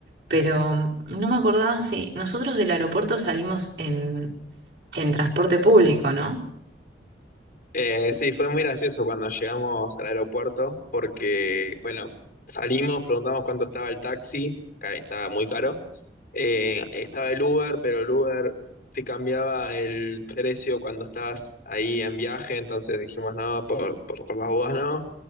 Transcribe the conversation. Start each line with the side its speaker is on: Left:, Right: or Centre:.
Right: Pero mm, no me acordaba si nosotros del aeropuerto salimos en, en transporte público, ¿no?
Left: Eh, sí, fue muy gracioso cuando llegamos al aeropuerto porque, bueno, salimos, preguntamos cuánto estaba el taxi, que estaba muy caro. Eh, estaba el Uber, pero el Uber te cambiaba el precio cuando estabas ahí en viaje, entonces dijimos no, por, por, por las dudas no.